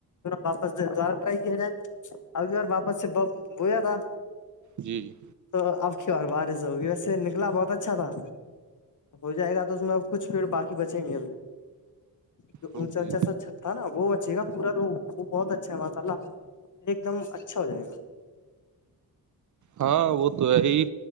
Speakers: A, on the left; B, on the right.
A: واپس دوارا ٹرائی کیا جائے اب بار واپس سے بویا تھا
B: جی جی
A: تو اب کی اور بارش ہوگی ویسے نکلا بہت اچھا تھا ہو جائے گا تو اس میں اب کچھ پھر باقی بچیں گے ابھی تو
B: جی
A: اونچا اونچا سو چھ تھا نا وہ بچے گا پورا تو وہ بہت اچھا ہے ماشاء اللہ یہ ایک دم اچھا ہو جائے گا
B: ہاں وہ تو ہے ہی